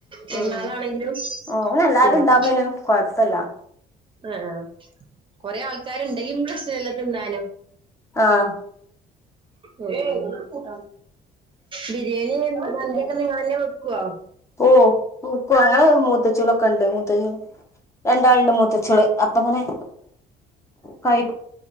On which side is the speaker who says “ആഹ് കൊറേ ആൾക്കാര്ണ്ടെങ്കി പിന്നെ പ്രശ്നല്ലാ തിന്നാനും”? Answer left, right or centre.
Right